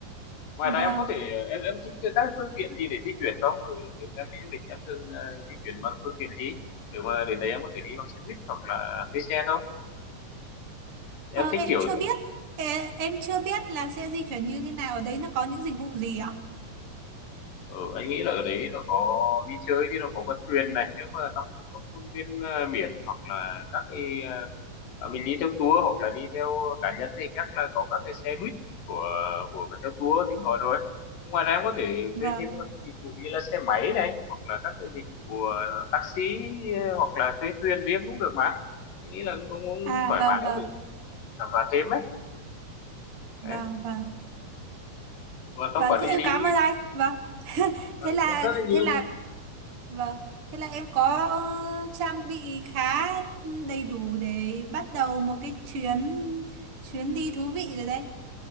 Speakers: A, on the left; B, on the right.
A: ngoài
B: vâng
A: ra em có thể ờ, em em thích các cái phương tiện gì để di chuyển không ở nếu mà em đi du lịch em thường ờ, di chuyển bằng phương tiện gì nếu mà đến đấy em có thể đi bằng xe buýt hoặc là thuê xe không em
B: ờ,
A: thích
B: em
A: kiểu
B: chưa biết Ê, em chưa biết là sẽ di chuyển như thế nào ở đấy nó có những dịch vụ gì ạ?
A: ở anh nghĩ là ở đấy nó có đi chơi thì nó có con thuyền này nếu mà trong, trong khuôn viên ờ, biển hoặc là các cái ờ, Ờ, mình đi theo tour hoặc là đi theo cá nhân thì chắc là có các cái xe buýt của của cái theo tour tiếng nói rồi nhưng ngoài ra em có thể
B: Vâng
A: thuê thêm các cái dịch vụ như là xe máy này hoặc là các cái dịch vụ ờ, taxi ờ, hoặc là thuê thuyền riêng cũng được mà anh nghĩ là cũng, cũng
B: à
A: thoải
B: vâng
A: mái
B: vâng
A: để khám phá thêm ấy
B: vâng
A: đấy
B: vâng
A: và trong
B: vâng
A: quá
B: thế
A: trình
B: em
A: đi
B: cảm ơn anh vâng <laughs>
A: cảm
B: thế là
A: ơn em rất là nhiều
B: thế là Vâng, thế là em có ờ, trang bị khá đầy đủ để bắt đầu một cái chuyến chuyến đi thú vị rồi đấy.